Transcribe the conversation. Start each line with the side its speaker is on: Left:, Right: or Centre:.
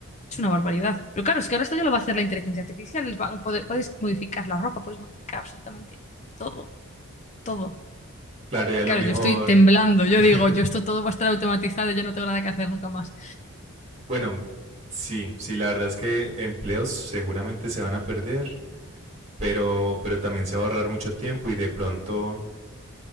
Left: Es una barbaridad. Pero claro, es que ahora esto ya lo va a hacer la inteligencia artificial. les van a poder- puedes modificar la ropa, puedes modificar absolutamente todo, todo.
Right: Claro, y a lo
Left: Claro,
Right: mejor.
Left: yo estoy temblando. Yo
Right: <laughs>
Left: digo, yo esto todo va a estar automatizado, yo no tengo nada que hacer nunca más.
Right: bueno, sí, sí, la verdad es que empleos seguramente se van a perder, pero, pero también se va a ahorrar mucho tiempo y de pronto